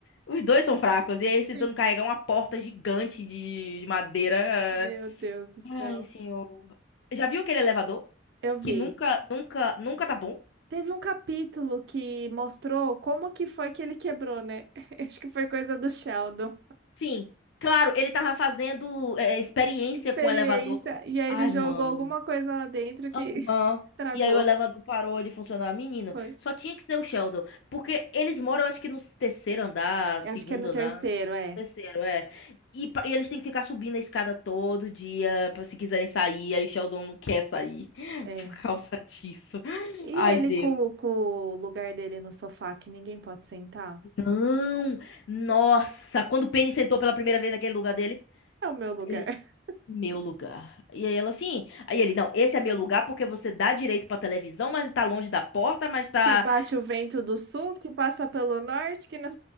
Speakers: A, on the left; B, on the right.
A: Os dois são fracos, e aí eles tentando
B: Sim.
A: carregar uma porta gigante de, de madeira. é.
B: Meu Deus do
A: Ai,
B: céu.
A: senhor. Já viu aquele elevador?
B: Eu vi.
A: Que nunca, nunca, nunca tá bom?
B: Teve um capítulo que mostrou como que foi que ele quebrou, né? <laughs> Acho que foi coisa do Sheldon.
A: Sim. Claro, ele tava fazendo é, experiência
B: Experiência.
A: com o elevador.
B: E aí
A: Ai,
B: ele jogou
A: mano.
B: alguma coisa lá dentro que
A: Aham.
B: <laughs> estragou.
A: E aí o elevador parou de funcionar. Menino,
B: Foi.
A: só tinha que ser o Sheldon. Porque eles moram, acho que no terceiro andar,
B: Eu
A: segundo
B: Acho que é no
A: andar.
B: terceiro, é.
A: Terceiro, é. E, pa- e eles têm que ficar subindo a escada todo dia pra se quiserem sair. Aí o Sheldon não quer sair <laughs>
B: É.
A: por causa disso.
B: E
A: Ai,
B: ele
A: Deus.
B: com, o com o lugar dele no sofá que ninguém pode sentar?
A: Não! Nossa! Quando o Penny sentou pela primeira vez naquele lugar dele,
B: É o meu lugar.
A: ele.
B: <laughs>
A: Meu lugar. E aí ela assim. Aí ele, não, esse é meu lugar porque você dá direito pra televisão, mas tá longe da porta, mas tá.
B: Que bate o vento do sul, que passa pelo norte, que não